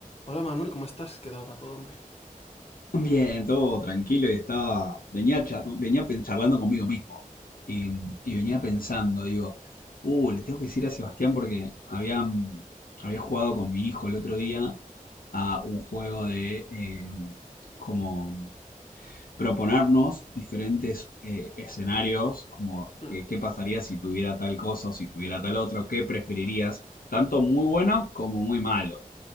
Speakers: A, on the left; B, on the left.
A: Hola Manuel, ¿cómo estás? ¿Qué tal va todo, hombre?
B: Bien, todo tranquilo y estaba, venía, char- venía pen- charlando conmigo mismo y, y venía pensando, digo, uh, le tengo que decir a Sebastián porque había, mm, había jugado con mi hijo el otro día a un juego de eh, como proponernos diferentes eh, escenarios, como
A: Hmm,
B: que- qué pasaría si tuviera tal cosa o si tuviera tal otro, qué preferirías, tanto muy bueno como muy malo.